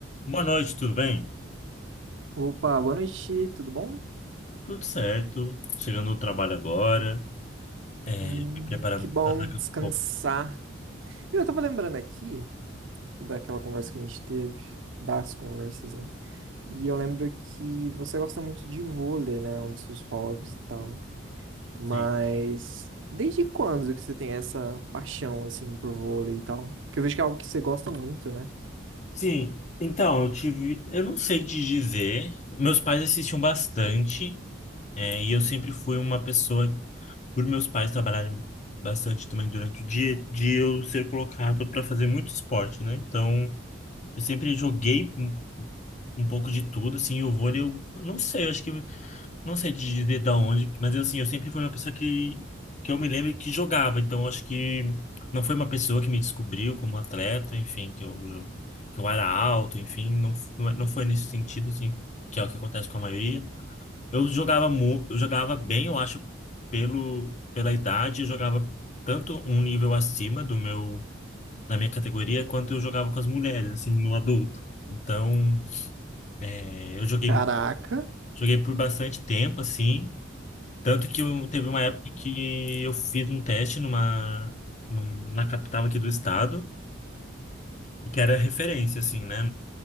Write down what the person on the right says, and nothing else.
Opa, boa noite, tudo bom?
Ai,
que bom
descansar.
Viu, Eu tava lembrando aqui daquela conversa que a gente teve, das conversas, né? E eu lembro que você gosta muito de vôlei, né? Um dos seus hobbies e tal. Mas
desde quando que você tem essa paixão, assim, por vôlei e tal? Porque eu vejo que é algo que você gosta muito, né?
Caraca,